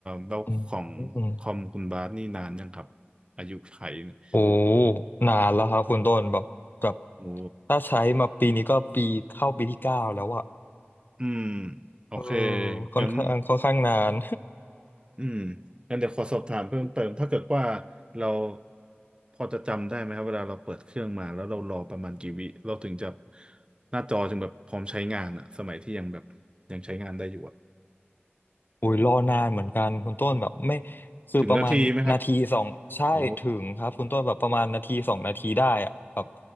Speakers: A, on the right; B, on the left.
A: แล้วของคอมคุณบาสนี่นานยังครับ
B: อืม
A: อายุไขเนี่ย
B: โอ้ นานแล้วครับคุณต้นแบบแบบ
A: <laughs> โอ้
B: ถ้าใช้มาปีนี้ก็ปีเข้าปีที่เก้าแล้วอะ
A: อืมโอเค
B: เออค่อนข้างค่อนข้างนาน
A: งั้นอืมงั้นเดี๋ยวขอสอบถามเพิ่มเติมถ้าเกิดว่าเราพอจะจำได้ไหมครับเวลาเราเปิดเครื่องมาแล้วเรารอประมาณกี่วิเราถึงจะหน้าจอจึงแบบพร้อมใช้งานอะสมัยที่ยังแบบยังใช้งานได้อยู่อะ
B: โอ้ยรอนานเหมือนกันคุณต้นแบบไม่คือประมาณนาทีสองใช่ถึงครับคุณต้นแบบประมาณนาทีสองนาทีได้อะแบบ
A: ถึงนาทีไหมครับโอ้